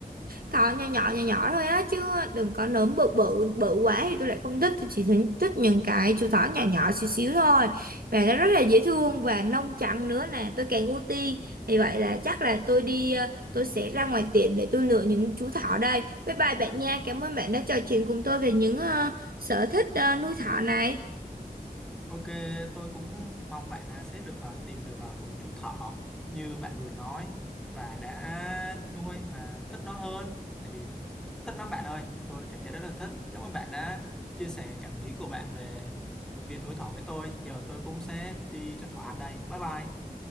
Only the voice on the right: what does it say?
thỏ nhỏ nhỏ nhỏ nhỏ thôi á chứ đừng có nấm bự bự bự quá thì tôi lại không thích tôi chỉ thích thích những cái chú thỏ nhỏ nhỏ xíu xíu thôi và nó rất là dễ thương và lông trắng nữa nè tôi càng ưu tiên thì vậy là chắc là tôi đi ờ, tôi sẽ ra ngoài tiệm để tôi lựa những chú thỏ đây bye bye bạn nha cảm ơn bạn đã trò chuyện cùng tôi về những ờ, sở thích ờ, nuôi thỏ này